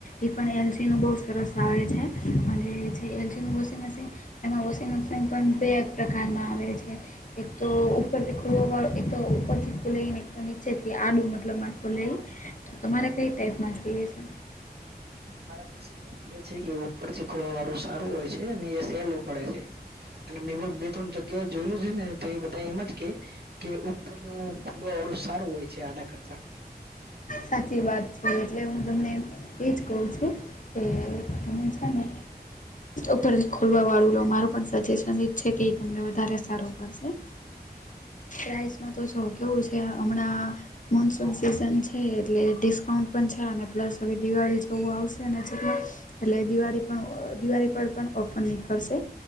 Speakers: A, on the left; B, on the right.
A: એ પણ એલજીનું બોવ સરસ આવે છે અને જે એલજીનું મશીન એમાં વોશિંગનું પણ બે પ્રકારમાં આવે છે એક તો ઉપર <unintelligible> વા એક તો ઉપર થી ખુલે ને એક તો નીચે થી આડુ મતલબ ખુલે
B: હા
A: તો તમારે કઈ ટાઈપમાં જોઈએ છે.
B: મારા મિસીસ એમ કે છે કે ઉપર થી ખોલવા વાળું સારું હોય છે ને <unintelligible> પડે છે અને મ બે ત્રણ જગ્યાએ જોયેલું છે ને તે બધા એમ જ કે કે ઉપરનું ખુલવાળું સારું હોય છે આના કરતા
A: સાચી વાત છે એટલે હું તમને એજ કહું છું કે તમે છે
B: <unintelligible>
A: ને
B: <inaudible>
A: ઉપરથી ખોલવા વાળું લો મારું પણ સજેશન એ જ છે કે એ તમને વધારે સારું પડશે.
B: <unintelligible>
A: પ્રાઈઝનુ તો શુ કેવું હમણાં મોનસૂન
B: હા
A: સિઝન છે એટલે ડિસ્કાઉન્ટ પણ છે અને પ્લસ હવે દિવાળી જવું આવશે ને જેટલે એટલે દિવાળી પણ દિવાળી પર પણ ઓફર નીકળશે